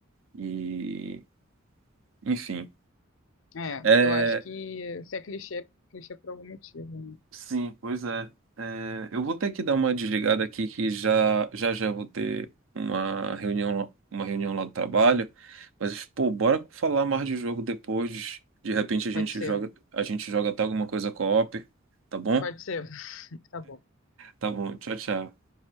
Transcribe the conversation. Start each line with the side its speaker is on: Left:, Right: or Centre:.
Right: e, enfim.
Left: É,
Right: É,
Left: eu acho que se é clichê, clichê por algum motivo, né?
Right: Sim, pois é. É, eu vou ter que dar uma desligada aqui que já já, já vou ter uma reunião, uma reunião lá do trabalho. Mas, pô, bora falar mais de jogo depois. De repente a gente
Left: Pode ser,
Right: joga, a gente joga até alguma coisa co-op, tá bom?
Left: pode ser. <laughs> Tá bom.
Right: Tá bom, tchau, tchau.